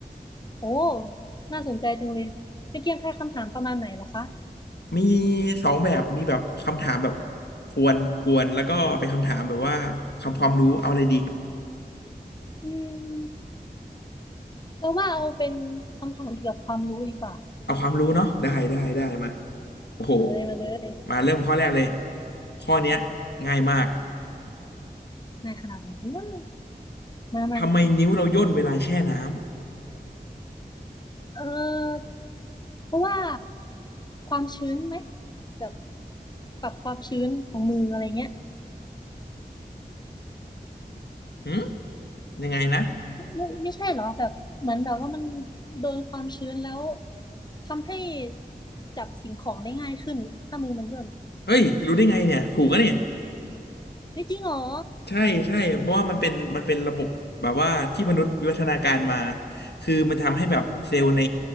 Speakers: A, on the left; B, on the left.
A: โอ้น่าสนใจจังเลยเป็นเกมทายคำถามประมาณไหนล่ะคะ
B: มีสองแบบมีแบบคำถามแบบกวนกวนแล้วก็เป็นคำถามแบบว่าคำความรู้เอาอะไรดี
A: อืมเราว่าเอาเป็นคำถามเกี่ยวกับความรู้ดีกว่า
B: เอาความรู้เนาะได้ได้ได้มาโอ้โห
A: มาเลยมาเลย
B: มาเริ่มข้อแรกเลยข้อเนี้ยง่ายมาก
A: นายขนาดไหนกันบ้างมามา
B: ทำไมนิ้วเราย่นเวลาแช่น้
A: เออเพราะว่าความชื้นไหมแบบปรับความชื้นของมืออะไรเงี้ย
B: ำหืมยังไงนะ
A: ไม่ไม่ใช่เหรอแบบเหมือนแบบว่ามันโดนความชื้นแล้วทำให้จับสิ่งของได้ง่ายขึ้นถ้ามือมันย่น
B: เฮ้ยรู้ได้ไงเนี่ยถูกอะนี่
A: เฮ้ยจริงเหรอ
B: ใช่ใช่เพราะว่ามันเป็นมันเป็นระบบแบบว่าที่มนุษย์วิวัฒนาการมาคือมันทำให้แบบเซลล์ใน